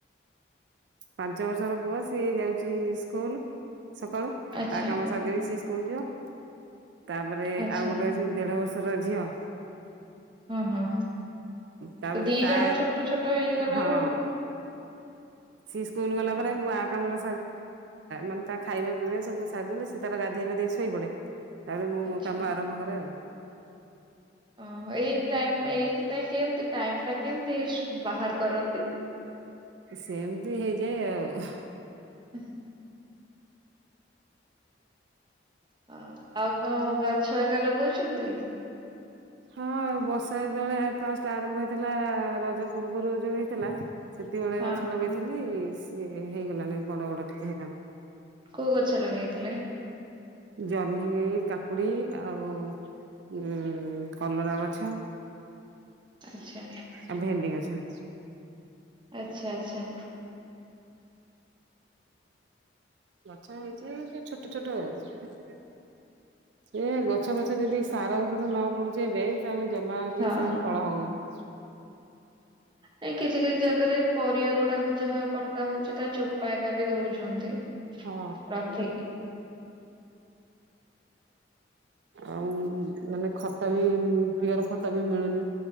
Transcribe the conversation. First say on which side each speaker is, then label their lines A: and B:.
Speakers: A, on the right (about 70°); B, on the right (about 25°).
A: ପାଞ୍ଚ ବର୍ଷର ପୁଅ ସିଏ ଯାଉଛି ସ୍କୁଲ। ସକାଳୁ
B: ଆଚ୍ଛା
A: ତା କାମ ସାରିଦେବି ସେ ସ୍କୁଲ ଯିବ ତାପରେ
B: ଆଚ୍ଛା
A: ଆଉ ଗୋଟେ ଅଛି ଦେଢ ବର୍ଷ। ର ଝିଅ।
B: ହଁ ହଁ।
A: ତାପରେ
B: ତ ଦି
A: ତା
B: ଜଣ ଛୋଟ ଛୋଟ ହେଇଗଲାରୁ।
A: ହଁ ସିଏ ସ୍କୁଲ ଗଲା
B: ହଁ
A: ପରେ ମୁଁ ଆ କାମରେ ମାନେ ତା ଖାଇବା ପିଇବା ସବୁ ସାରିଦ ଲେ ସେ ତାର ଗାଧୋଇପାଧେଇ ଶୋଇ ପଡ଼େ। ତାପରେ ମୁଁ
B: ଆଚ୍ଛା
A: ମୋ କାମ ଆରମ୍ଭ କରେ ଆଉ।
B: ଓହୋ ଏଇ ଟାଇମ ଏଇଥିପାଇଁ କେମତି ଟାଇମ ଟା କେମିତି ବାହାର କରନ୍ତି।
A: ସେମିତି ହେଇଯାଏ ଆଉ।
B: ହ ହାଁ ଆଉ କୋଉ ଗଛ ହେକା ଲଗଉଛନ୍ତି?
A: ହଁ ବର୍ଷା ଯେତେବଳେ ଫାଷ୍ଟ୍ ଆରମ୍ଭ ହେଇଥେଲା ରଜ ପୂର୍ବୁରୁ ଯୋଉ ହେଇ ଥେଲା ସେତିକିବେଳେ
B: ହଁ
A: ଗଛ ଲଗେଇଥେଲି ସିଏ ହେଇଗଲାଣି ବଡ଼ ବଡ଼ ଟିକେ ହେଲାଣି।
B: କୋଉ ଗଛ ଲଗେଇଥିଲେ?
A: ଜହ୍ନି କାକୁଡ଼ି ଆଉ ଉଁ କଲରା ଗଛ
B: ଆଚ୍ଛା
A: ଆଉ ଭେଣ୍ଡି ଗଛ
B: ଆଚ୍ଛା ଆଚ୍ଛା।
A: ମାଛ ହେଇଛି ସେ ଛୋଟ ଛୋଟ ଆଉ। ଏ ଗଛ ଫଛ ଯେଦି ସାର ଔଷଧ ନ ପଡୁଛି ଏବେ ତାହେଲେ ଜମା ବି
B: ହଁ।
A: ସିଏ ଫଳ ହଉନି। <unintelligible>
B: ନାଇଁ କିଛି କିଛି ଜାଗାରେ ପରିବା ଗୁଡାକ ଯାହା କଟା ହଉଛି ତା ଚୋ ଚୋପାଟା ବି ଦଉଛନ୍ତି।
A: ହଁ।
B: ରଖିକି
A: ଆଉ ମାନେ ଖତ ବି ପିଅର ଖ ଖତ ବି ମିଳୁନି